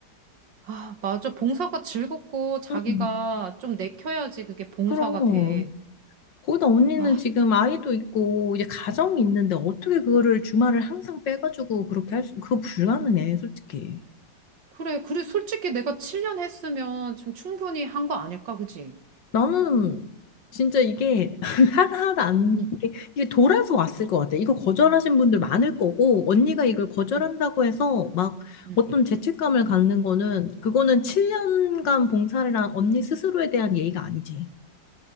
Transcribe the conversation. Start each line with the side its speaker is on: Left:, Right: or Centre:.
Right: 아, 맞아. 봉사가 즐겁고 자기가
Left: 응.
Right: 좀 내켜야지 그게 봉사가
Left: 그럼.
Right: 돼.
Left: 거기다 언니는
Right: 아,
Left: 지금 아이도 있고 이제 가정이 있는데 어떻게 그거를 주말을 항상 빼가지고 그렇게 할 수, 그거 불가능해, 솔직히.
Right: 그래. 그래. 솔직히 내가 7년 했으면 좀 충분히 한 거 아닐까, 그지?
Left: 나는 진짜 이게 <laughs> 하나하나 안,
Right: 응,
Left: 이게 이게 돌아서 왔을 것 같아. 이거 거절하신 분들 많을 거고 언니가 이걸 거절한다고
Right: 응,
Left: 해서 막
Right: 응.
Left: 어떤 죄책감을 갖는 거는 그거는 7년간
Right: 응.
Left: 봉사를 한 언니 스스로에 대한 예의가 아니지.